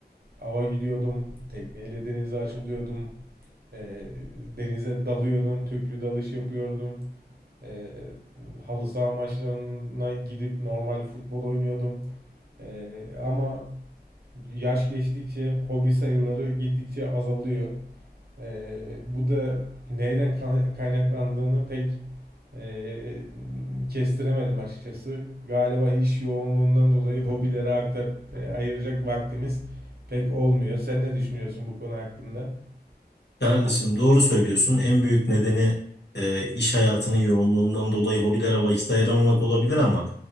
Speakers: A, on the right (about 65°); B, on the left (about 85°).
A: ava gidiyordum, tekneyle denize açılıyordum, e, denize dalıyordum, tüplü dalış yapıyordum. E, halı saha maçlarına gidip normal futbol oynuyordum. E, ama yaş geçtikçe hobi sayıları gittikçe azalıyor. E, bu da neyden kaynaklandığını pek e, kestiremedim açıkçası. Galiba iş yoğunluğundan dolayı hobilere aktar, e, ayıracak vaktimiz pek olmuyor. Sen ne düşünüyorsun bu konu hakkında?
B: Kardeşim doğru söylüyorsun. En büyük nedeni e, iş hayatının yoğunluğundan dolayı hobilere vakit ayıramamak olabilir ama